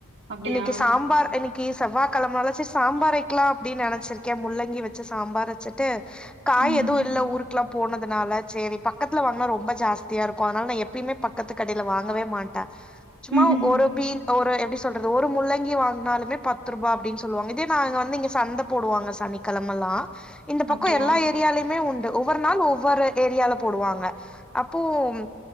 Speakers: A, on the right; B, in the centre.
A: அப்டியா
B: இன்னைக்கி சாம்பார் இன்னைக்கி செவ்வாய் கிழமல சுஸ் சாம்பாரைக்கலா அப்டின் நனச்சிருக்கே முள்ளங்கி வச்சு சாம்பார் வச்சுட்டு காய்
A: ம்
B: எதுவு இல்ல ஊருக்குலா போனதுனால சேரி பக்கத்துல வாங்கினா ரொம்ப ஜாஸ்தியா இருக்கு அதனால நா எப்பயுமே பக்கத்து கடயில வாங்கவே மாட்டே சும்மா
A: ம் ம் ம்
B: ஒரு பீ ஒரு எப்டி சொ சொல்றது ஒரு முள்ளங்கி வாங்னாலுமே பத்து ரூபா அப்டின்னு சொல்லுவாங்க இதே நா வந்துங்க சந்த போடுவாங்க சனிக் கெழமல்லா இந்த பக்கோ
A: அப்டியா
B: எல்லா ஏரியாலையுமே உண்டு ஒவ்வொரு நாள் ஒவ்வொரு ஏரியால போடுவாங்க அப்போம்